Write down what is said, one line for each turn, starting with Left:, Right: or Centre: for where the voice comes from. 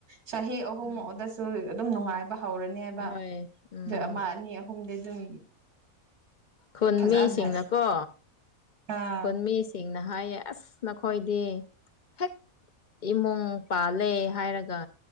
Right: ꯆꯍꯤ ꯑꯍꯨꯝ
Left: ꯎꯝ
Right: ꯑꯣꯗꯁꯨ ꯗꯨꯝ ꯅꯨꯡꯉꯥꯏꯕ ꯍꯧꯔꯅꯦꯕ
Left: ꯍꯣꯏ ꯎꯝ
Right: ꯗꯣ ꯑꯃꯥ ꯑꯅꯤ ꯑꯍꯨꯝꯗꯤ ꯑꯗꯨꯝ
Left: ꯈꯨꯟ
Right: ꯐꯖꯅ
Left: ꯃꯤꯁꯤꯡꯅꯀꯣ
Right: ꯑꯥ
Left: ꯈꯨꯟꯃꯤꯁꯤꯡꯅ ꯍꯥꯏꯌꯦ ꯑꯁ ꯅꯈꯣꯏꯗꯤ ꯍꯦꯛ ꯏꯃꯨꯡ ꯄꯥꯜꯂꯦ ꯍꯥꯏꯔꯒ